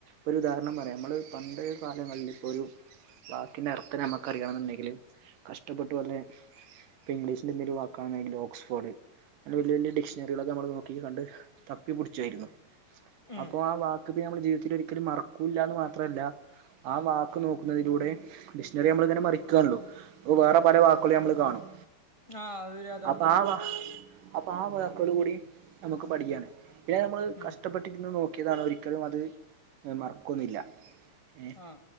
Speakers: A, on the right; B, on the left.
A: ഒരു ഉദാഹരണം പറയാം നമ്മള് പണ്ട് കാലങ്ങളി ഇപ്പോ ഒരു വാക്കിൻ്റെ അർത്ഥം നമുക്കറിയണം എന്ന് ഇണ്ടെങ്കില് കഷ്ടപ്പെട്ടു അല്ലെ ഇപ്പൊ ഇംഗ്ലീഷിന്റെ എന്തേങ്കിലും ഒരു വാക്കാണെങ്കിലോ ഓക്സ്ഫോഡ് അങ്ങനെ വല്ല്യ വല്ല്യ ഡിക്ഷണറികളൊക്കെ ഞമ്മള് നോക്കി കണ്ട് തപ്പിപ്പിടിച്ച് ആയിരുന്നു
B: ഉം
A: അപ്പൊ ആ വാക്ക് പിന്നെ ഞമ്മള് ജീവിതത്തില് ഒരിക്കലും മറക്കൂല്ലന്ന് മാത് മാത്രല്ല ആ വാക്ക് നോക്കുന്നതിലൂടെ ഡിക്ഷണറി ഞമ്മള് ഇങ്ങനെ മറിക്ക്യണാല്ലോ അപ്പൊ വേറെ പല വാക്കുകളും ഞമ്മള് കാണും
B: ആ അതൊരു യാഥാർത്ഥ്യമാണ്
A: അപ്പൊ ആ വാ
B: ഉം
A: അപ്പൊ ആ വാക്കുകൾ കൂടി ഞമ്മക്ക് പഠിക്ക്യയാണ് പിന്നെ ഞമ്മള് കഷ്ടപ്പെട്ട്
B: ഉം
A: <unintelligible> നോക്കിയതാണ് ഒരിക്കലും അത് മറക്കൊന്നുയില്ല യെ
B: ആ